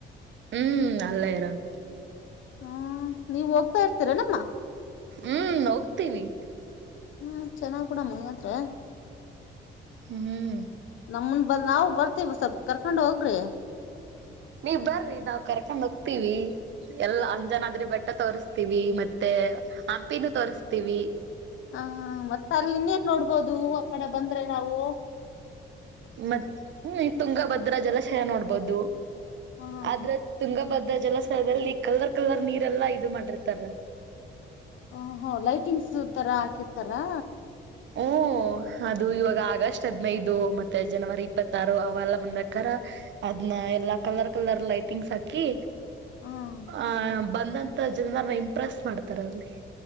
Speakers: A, on the right; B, on the left.
A: ಹ್ಮ ಅಲ್ಲ ಇರೋದ
B: ಹಾ ನೀವ ಹೋಗ್ತಾ ಇರ್ತೀರನಮ್ಮ
A: ಹ್ಮ ಹೋಗ್ತಿವಿ
B: ಹ್ಮ ಚೆನ್ನಾಗ್ಬೂಡಮ್ಮತ್ರ
A: ಹ್ಮ
B: ನಮ್ನ ಬ ನಾವ ಬರ್ತಿವಿ ಸ್ವಲ್ ಕರ್ಕೊಂಡ್ ಹೋಗ್ರಿ.
A: ನೀವ ಬರ್ರಿ ನಾವ ಕರ್ಕೊಂಡ ಹೋಗ್ತೀವಿ. ಎಲ್ಲ ಅಂಜನಾದ್ರಿ ಬೆಟ್ಟ ತೋರಿಸತೀವಿ ಮತ್ತೆ ಹಂಪಿನ ತೋರ್ರಿಸತೀವಿ.
B: ಹ ಮತ್ತ ಅಲ್ಲಿ ಇನ್ನೇನ ನೋಡ್ಬೋದು ಆ ಕಡೆ ಬಂದ್ರೆ ನಾವು
A: ಮ ತುಂಗಭದ್ರಾ ಜಲಾಶಯ ನೋಡ್ಬೋದು
B: ಹ
A: ಆದ್ರ
B: ಹ
A: ತುಂಗಭದ್ಧ ಜಲಾಶಯದಲ್ಲಿ ಕಲರ್ ಕಲರ್ ನೀರೆಲ್ಲಾ ಇದು ಮಾಡಿರ್ತಾರ.
B: ಹ ಹ ಲೈಟಿಂಗ್ಸ್ ತರ ಹಾಕಿರ್ತಾರಾ.
A: ಹ್ಮ್ ಅದು ಇವಾಗ ಆಗಸ್ಟ್ ಹದ್ನೈದು ಮತ್ತೆ ಜನವರಿ ಇಪ್ಪತ್ತಾರು ಅವೆಲ್ಲ ಬಂದಕಾರ ಅದ್ನ್ ಎಲ್ಲಾ ಕಲರ್ ಕಲರ್ ಲೈಟಿಂಗ್ಸ್ ಹಾಕಿ
B: ಹ್ಮ್
A: ಆ ಬಂದಂತ ಜನರ ಇಂಪ್ರೆಸ್ ಮಾಡ್ತಾರ ಅಲ್ಲಿ.